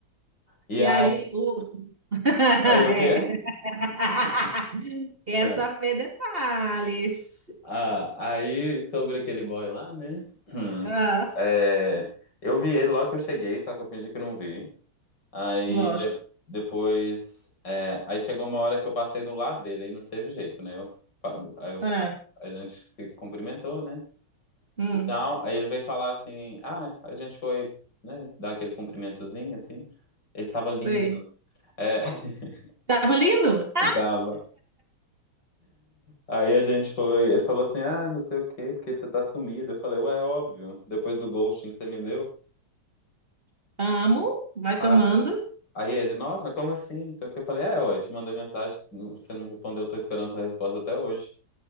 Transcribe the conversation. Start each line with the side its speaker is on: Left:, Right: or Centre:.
Left: E
Right: E
Left: aí,
Right: aí, o... <laughs>
Left: aí o
Right: É.
Left: quê?
Right: <laughs> Quero
Left: Ah,
Right: saber detalhes.
Left: ah, aí sobre aquele boy lá, né? Hum.
Right: Ah,
Left: É, eu vi ele logo que eu cheguei, só que eu fingi que não vi. Aí
Right: lógico.
Left: de- depois, é, aí chegou uma hora que eu passei do lado dele, aí não teve jeito, né? Eu, fa- aí eu-
Right: Ah,
Left: a gente se cumprimentou, né?
Right: hum,
Left: e tal. Aí ele veio falar assim: ah, a gente foi, né, dar aquele cumprimentozinho assim. Ele tava lindo.
Right: sei.
Left: É, <laughs>
Right: Tava lindo?
Left: tava. Aí a gente foi, ele falou assim: ah, não sei o quê, porque você tá sumido. Eu falei: ué, é óbvio, depois do ghosting que você me deu.
Right: Amo. Vai
Left: Ah,
Right: tomando.
Left: aí ele: nossa, como assim? Não sei o que. Eu falei: é, ué, te mandei mensagem, você não me respondeu, eu tô esperando sua resposta até hoje.